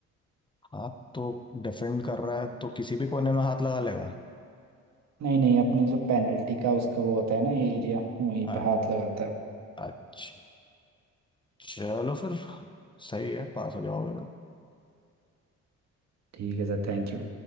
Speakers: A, on the left; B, on the right.
A: हाथ तो डिफेंड कर रहा है तो किसी भी कोने में हाथ लगा लेगा
B: नहीं नहीं अपने जो पेनल्टी का उसका वो होता है ना एरिया वहीं
A: हाँ
B: पे हाथ लगाता है
A: अच्छा चलो फिर सही है पास हो जाओगे तो।
B: ठीक है सर थैंक यू